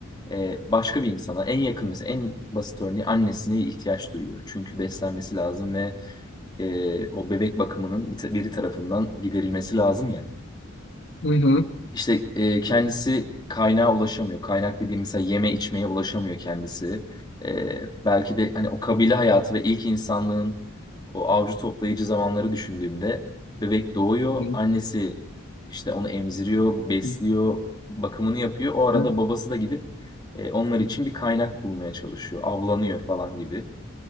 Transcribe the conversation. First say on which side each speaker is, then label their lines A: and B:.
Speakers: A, on the left; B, on the left.
A: e, başka bir insana en yakın mesela en basit örneği annesine ihtiyaç duyuyor. Çünkü beslenmesi lazım ve e, o bebek bakımının bir ta- biri tarafından giderilmesi lazım ya.
B: Hı hı.
A: İşte e, kendisi kaynağa ulaşamıyor. Kaynak dediğim mesela yeme içmeye ulaşamıyor kendisi. E, belki de hani o kabile hayatı ve ilk insanlığın o avcı toplayıcı zamanları düşündüğümde bebek doğuyor.
B: hı hı,
A: Annesi işte onu emziriyor, besliyor,
B: hı
A: bakımını yapıyor. O arada
B: hı,
A: babası da gidip e, onlar için bir kaynak bulmaya çalışıyor. Avlanıyor falan gibi.